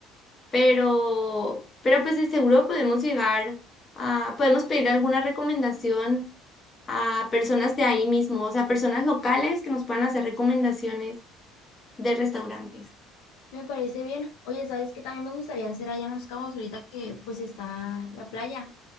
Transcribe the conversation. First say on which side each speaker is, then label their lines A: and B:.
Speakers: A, on the left; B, on the left.
A: pero, pero pues de seguro podemos llegar a, podemos pedir alguna recomendación a personas de ahí mismo, o sea, personas locales que nos puedan hacer recomendaciones de restaurantes.
B: me parece bien. Oye, ¿sabes qué también me gustaría hacer allá en Los Cabos ahorita que pues está la playa?